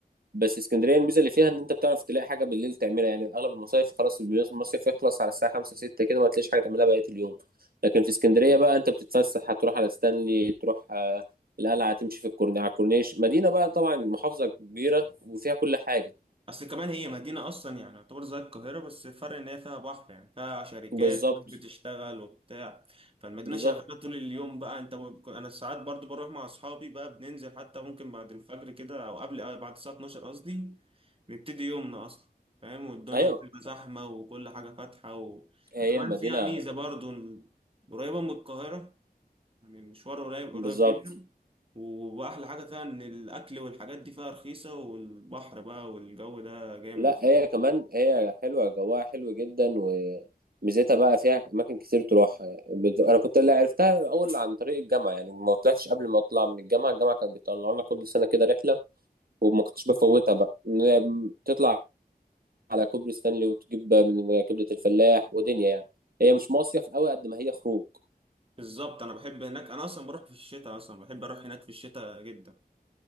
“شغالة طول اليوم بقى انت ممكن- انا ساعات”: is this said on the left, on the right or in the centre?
Right